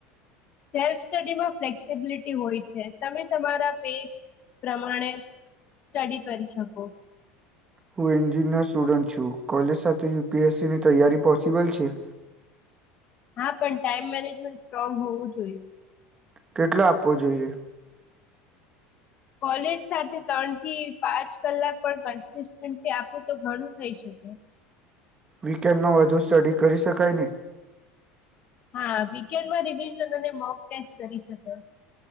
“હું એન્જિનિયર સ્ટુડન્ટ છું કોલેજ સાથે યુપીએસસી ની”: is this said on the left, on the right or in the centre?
Right